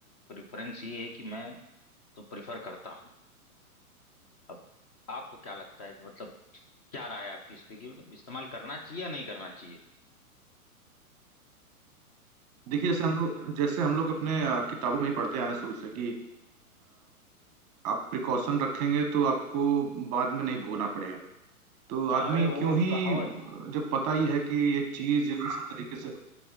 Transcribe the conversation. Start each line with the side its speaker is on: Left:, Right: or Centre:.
Left: प्रेफरेंस ये है कि मैं तो प्रिफर करता हूँ अब आपको क्या लगता है कि मतलब क्या राय है आपकी इस पे कि मतलब इस्तेमाल करना चाहिए या नहीं करना चाहिए
Right: देखिए जैसे हम लोग जैसे हम लोग अपने अ, किताबों में ही पढ़ते आ रहे हैं शुरू से कि आप प्रिकॉशन रखेंगे तो आपको बाद में नहीं भोगना पड़ेगा तो
Left: अरे
Right: आदमी
Left: वो
Right: क्यों ही
Left: कहावत
Right: जब पता ही है कि ये चीज इस तरीके से